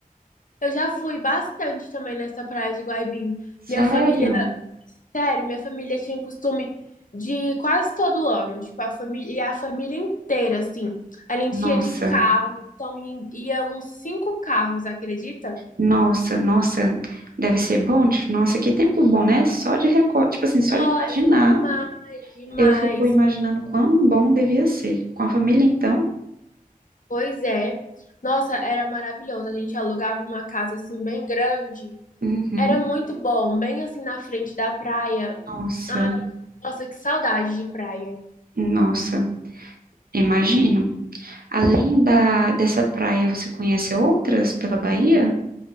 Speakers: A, on the left; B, on the right.
A: Eu já fui bastante também nessa praia de Guaibim.
B: Sério?
A: Minha família, sério, minha família tinha costume de ir quase todo ano, tipo, a família, e a família inteira, assim. A gente
B: Nossa,
A: ia de carro, então i- ia uns cinco carros, acredita?
B: nossa, nossa. Deve ser bom. de- Nossa, que tempo bom, né? Só de recorte, tipo assim, só
A: Nossa,
B: de imaginar,
A: é demais.
B: eu fico imaginando quão bom devia ser. Com a família, então?
A: Pois é. Nossa, era maravilhoso. A gente alugava uma casa assim bem grande.
B: Uhum.
A: Era muito bom, bem assim na frente da praia.
B: Nossa,
A: Ai, nossa, que saudade de praia.
B: nossa. Imagino. Além da dessa praia, você conhece outras pela Bahia?